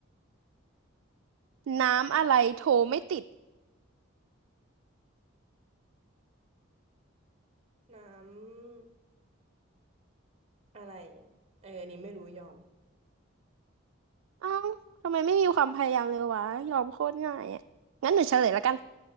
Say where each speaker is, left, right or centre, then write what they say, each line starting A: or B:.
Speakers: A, on the right; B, on the right.
A: น้ำอะไรโทรไม่ติด
B: น้ำอะไรเอออันนี้ไม่รู้ยอม
A: เอ้าทำไมไม่มีความพยายามเลยวะยอมโคตรง่ายอ่ะงั้นหนูเฉลยละกัน